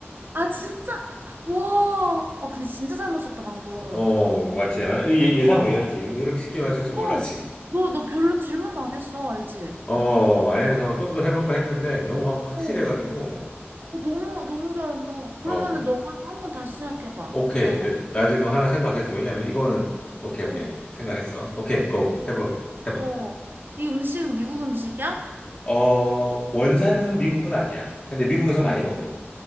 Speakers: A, on the right; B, on the left.
A: 아, 진짜?
B: <laughs>
A: 와. 아, 근데 진짜 잘 맞췄다, 방금.
B: 어, 맞지. 아, 예- 예상 외였지. 이거 이렇게 쉽게 맞출 줄 몰랐지.
A: 어, 너, 너 별로 질문도 안 했어, 알지?
B: 어, 안에서 좀 더 해볼까 했는데 너무 확- 확실해가지고,
A: 어, 어, 너무, 너무 잘한다. 그러면은
B: 어,
A: 너가 한 번 다시 생각해봐.
B: 오케이.
A: 또 내가 맞춰.
B: 내- 나 지금 하나 생각했어. 왜냐면 이거는, 오케이, 오케이.
A: 어,
B: 생각했어. 오케이, 고. 해봐. 해봐.
A: 어. 이 음식은 미국 음식이야?
B: 어, 원산은 미국은 아니야. 근데 미국에서
A: 원산.
B: 많이 먹어.